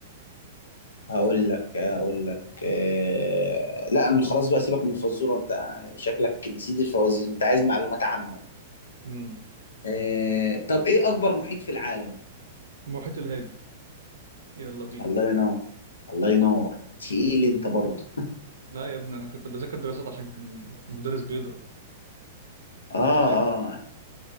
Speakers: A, on the left; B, on the right.
A: هقول لك هقول لك إيه لا انا خلاص بقى سيبك من الفزورة انت شكلك نسيت الفوازير انت عايز معلومات عامة
B: امم
A: إيه طب ايه اكبر محيط في العالم
B: المحيط الهادي يلا بينا
A: الله ينور الله ينور تقيل انت برضه
B: لا يا ابني انا كنت بذاكر دراسات عشان كان المدرس بيضرب لازم
A: اه
B: تذاكر
A: اه